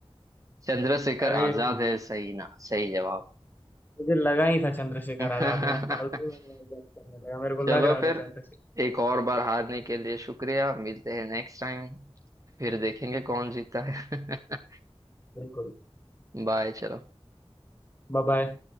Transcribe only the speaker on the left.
अरे
मुझे लगा ही था चंद्रशेखर
आजाद मैं फालतू में मजाक करने लगा मेरे को
लग रहा
था चंद्रशेखर
<laughs> बिल्कुल
Bye bye.